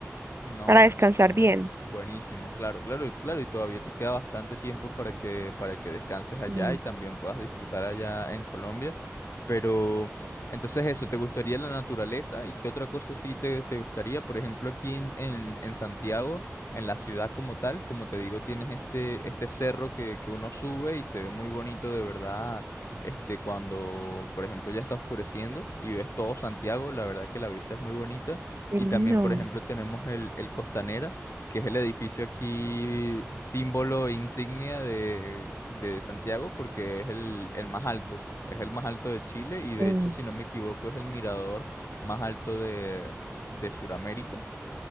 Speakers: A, on the left; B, on the right.
A: No,
B: para
A: buenísimo.
B: descansar bien.
A: Buenísimo, claro, claro, y- claro. Y todavía te queda bastante tiempo para que, para que descanses allá
B: Sí.
A: y también puedas disfrutar allá en Colombia. Pero, entonces eso, ¿te gustaría la naturaleza? ¿Y qué otra cosa sí te, te gustaría? Por ejemplo, aquí en, en, en Santiago, en la ciudad como tal, como te digo, tienes este, este cerro que, que uno sube y se ve muy bonito de verdad. Este, cuando, por ejemplo, ya está oscureciendo y ves todo Santiago, la verdad que la vista es muy bonita.
B: Qué
A: Y
B: lindo.
A: también, por ejemplo, tenemos el, el Costanera, que es el edificio aquí símbolo e insignia de, de Santiago, porque es el, el más alto, es el más alto de Chile y de
B: Sí.
A: hecho, si no me equivoco, es el mirador más alto de, de Sudamérica.